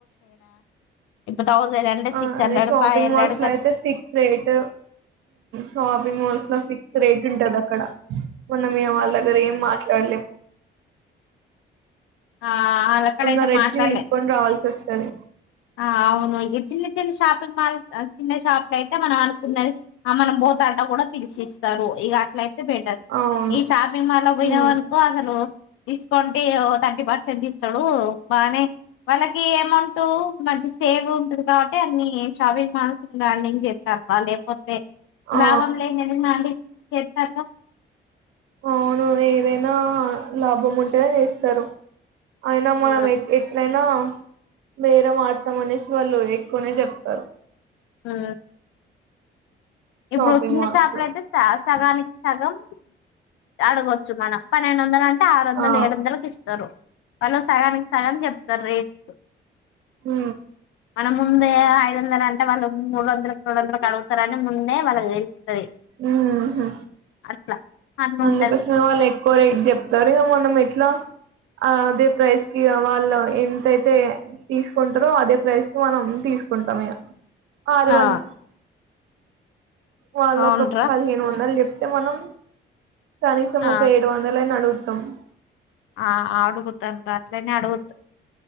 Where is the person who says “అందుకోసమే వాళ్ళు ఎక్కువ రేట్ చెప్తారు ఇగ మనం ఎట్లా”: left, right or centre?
Right